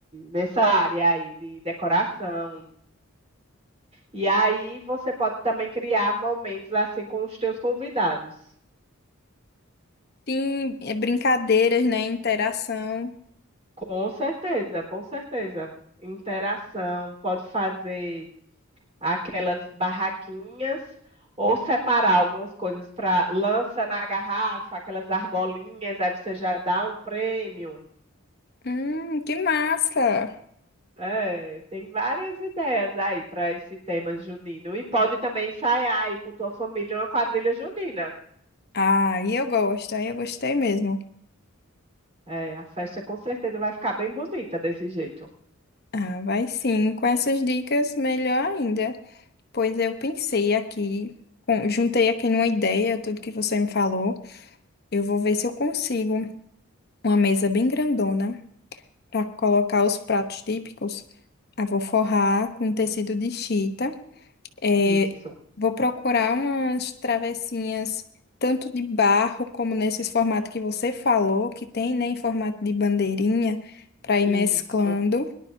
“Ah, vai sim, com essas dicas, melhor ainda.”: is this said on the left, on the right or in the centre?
Left